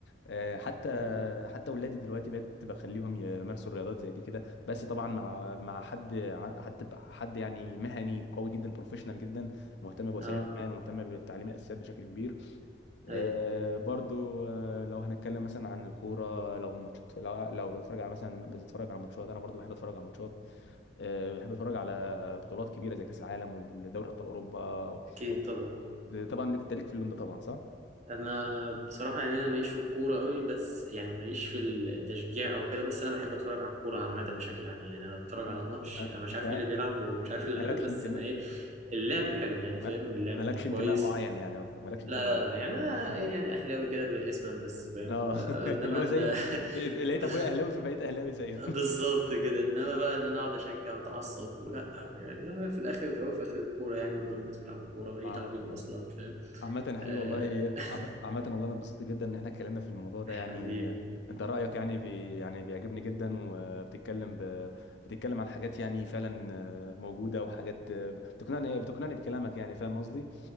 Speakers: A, on the left; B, on the right.
A: آه، حتى
B: أيوة.
A: حتى ولادي دلوقتي بقيت بخليهم يمارسوا الرياضات زي دي كده بس طبعا مع مع حد ع- حتى ب- حد يعني مهني قوي جدا بروفيشنال جدا مهتم بوسائل
B: اه
A: الامان ومهتم بتعليم الاساسيات بشكل كبير آه،
B: ايوه
A: برضو آه، لو هنتكلم مثلا عن الكوره لو ماتشات لو لو بتتفرج على مثلا بتتفرج على ماتشات انا برضو بحب اتفرج على ماتشات آه، بحب اتفرج على بطولات كبيره زي كاس العالم والدوري ابطال اوروبا
B: اكيد
A: و-
B: طبعا
A: طبعا ليك انت ليك في اللون ده طبعا صح؟
B: انا بصراحه يعني انا ماليش في الكوره قوي بس يعني ماليش في التشجيع او كده بس انا بحب اتفرج على الكوره عامه بشكل عام يعني انا اتفرج
A: مم.
B: على ماتش
A: أه،
B: انا مش
A: انت
B: عارف مين اللي بيلعب ومش
A: مش
B: عارف اللعيبه
A: مالكش
B: بس
A: انتماء
B: انا ايه اللعب حلو يعني
A: ما-
B: فاهم اللعب
A: مالكش
B: كويس
A: انتماء معين يعني قصدك مالكش انتماء
B: لا
A: معين
B: لا لا يعني انا
A: <laughs>
B: ايه يعني اهلاوي كده اسما بس فاهم
A: اه
B: انما
A: <laughs> اللي هو
B: ان
A: زي
B: <laughs>
A: لقيت
B: ب-
A: ابويا اهلاوي فبقيت اهلاوي زيه
B: بالظبط كده انما بقى ان انا اقعد اشجع واتعصب ولا أو يعني أنا في الاخر وفي الاول وفي الاخر الكوره يعني ودول الناس بيلعبوا كوره ماليش
A: <laughs> عم-
B: دعوه بيهم اصلا فاهم
A: عامة يا حبيبي
B: آه،
A: والله
B: <laughs>
A: عم- عامة والله انا اتبسطت جدا ان احنا اتكلمنا في الموضوع ده
B: حبيبي
A: يعني انت رأيك يعني بي يعني بيعجبني جدا وبتتكلم ب... بتتكلم عن حاجات يعني فعلا آه، موجودة وحاجات آه، بتقنعني بتقنعني بكلامك يعني فاهم قصدي؟